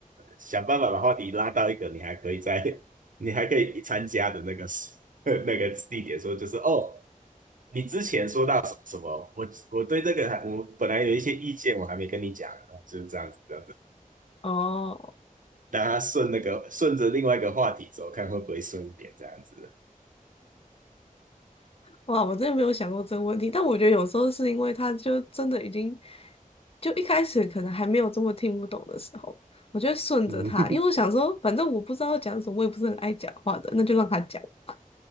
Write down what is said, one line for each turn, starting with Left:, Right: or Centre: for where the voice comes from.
Right: 想办法把话题拉到一个你还可以在 <laughs> 你还可以参加的那个时 <laughs> 那个地点说，就是哦，你之前说到什么什么，我我对这个还我本来有一些意见，我还没跟你讲，就是这样子这样子，
Left: 哦
Right: 让他顺那个顺着另外一个话题走，看会不会顺一点这样子。
Left: 哇，我真的没有想过这个问题，但我觉得有时候是因为他就真的已经，就一开始可能还没有这么听不懂的时候，我就会顺着他，
Right: 嗯
Left: 因为我想说，反正我不知道讲什么，我也不是很爱讲话的，那就让他讲吧。